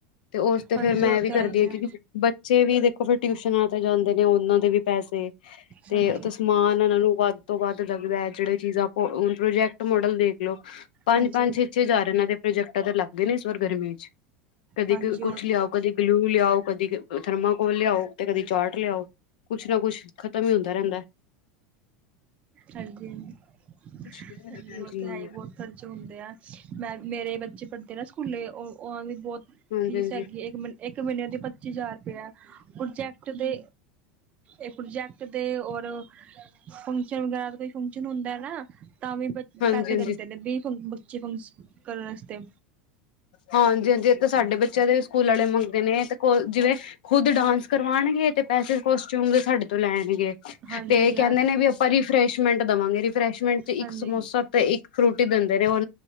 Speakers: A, on the left (about 85°); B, on the right (about 30°).
A: ਤੇ ਉਸ ਤੇ
B: ਹਾਂਜੀ
A: ਫੇਰ ਮੈਂ
B: ਉਹ
A: ਵੀ
B: ਤੇ
A: ਕਰਦੀ
B: ਹੈ ਹੀ
A: ਹਾਂ
B: ਹੈ
A: ਕਿਉਂਕਿ ਬੱਚੇ ਵੀ ਦੇਖੋ ਫਿਰ ਟਿਊਸ਼ਨਾਂ ਤੇ ਜਾਂਦੇ ਨੇ, ਉਹਨਾਂ ਦੇ ਵੀ ਪੈਸੇ ਤੇ
B: ਹਾਂਜੀ,
A: ਉਥੇ ਸਮਾਨ ਉਹਨਾਂ ਨੂੰ ਵੱਧ ਤੋਂ ਵੱਧ ਲੱਗਦਾ ਹੈ, ਜਿਹੜੇ ਚੀਜ਼ਾਂ ਪ੍ਰੋਜੈਕਟ ਮੋਡਲ ਦੇਖ ਲੋ, ਪੰਜ-ਪੰਜ,
B: ਹਾਂਜੀ,
A: ਛੇ- ਛੇ ਹਜ਼ਾਰ ਇਹਨਾਂ ਦੇ ਪ੍ਰੋਜੈਕਟਾਂ ਤਾਂ ਲੱਗ ਗਏ ਨੇ ਇਸ ਵਾਰ ਗਰਮੀ ਵਿੱਚ ਕਦੇ
B: ਹਾਂਜੀ
A: ਕੁਛ
B: ਉਹ
A: ਲਿਆਓ ਕਦੇ ਗਲਿਊ ਲਿਆਓ ਕਦੇ ਥਰਮਾ ਉਹ ਲਿਆਓ ਤੇ ਕਦੇ ਚਾਰਟ ਲਿਆਓ ਕੁਛ ਨਾ ਕੁੱਛ ਖਤਮ ਹੀ ਹੁੰਦਾ ਰਹਿੰਦਾ।
B: ਹਾਂਜੀ-ਹਾਂਜੀ,
A: ਜੀ ਹਾਂਜੀ
B: ਉਹ ਤਾਂ
A: ਹਾਂਜੀ
B: ਹੈ ਹੀ ਬਹੁਤ ਖਰਚੇ ਹੁੰਦੇਆ ਮੈਂ ਮੇਰੇ ਬੱਚੇ ਪੜ੍ਹਦੇ ਨਾ ਸਕੂਲੇ ਉਹ ਵੀ ਬਹੁਤ
A: ਹਾਂਜੀ
B: ਫੀਸ ਹੈਗੀ ਇੱਕ ਮਹੀਨੇ ਇੱਕ ਮਹੀਨੇ ਦੀ ਪੱਚੀ ਹਜ਼ਾਰ ਰਪਏ ਪ੍ਰਜੈਕਟ ਦੇ ਇਹ ਪ੍ਰੋਜੈਕਟ ਦੇ ਰ ਫੰਕਸ਼ਨ ਵਗੈਰਾ ਕੋਈ ਫੰਕ ਫੰਸ਼ਨ ਹੁੰਦਾ ਨਾ ਤਾਂ ਵੀ
A: ਹਾਂਜੀ
B: ਪਸੇ ਦੈਂਦੇ ਨੇ ਵੀ ਬੱਚੇ ਫੰਕਸ਼ਨ ਕਰਨ ਵਸਤੇ
A: ਹਾਂਜੀ-ਹਾਂਜੀ ਤਾਂ ਸਾਡੇ ਬੱਚਿਆਂ ਦੇ ਵੀ ਸਕੂਲ ਆਲੇ ਮੰਗਦੇ ਨੇ ਕੋ ਜਿਵੇਂ ਖੁੱਦ ਡਾਂਸ ਕਰਵਾਣਗੇ ਤੇ ਪੈਸੇ ਕੋਸਟਿਊਮ ਸਾਡੇ ਤੋਂ ਲੈਣਗੇ
B: ਹਾਂਜੀ
A: ਤੇ
B: ਯਾਰ
A: ਕਹਿੰਦੇ ਨੇ ਵੀ ਆਪਾਂ ਰਫਰੈਸ਼ਮੈਂਟ ਦੇਵਾਂਗੇ ਰਿਫਰੈਸ਼ਮੈਂਟ ਚ
B: ਹਾਂਜੀ,
A: ਇੱਕ ਸਮੋਸਾ ਤੇ ਇੱਕ ਫਰੂਟੀ ਦਿੰਦੇ ਨੇ ਉਹ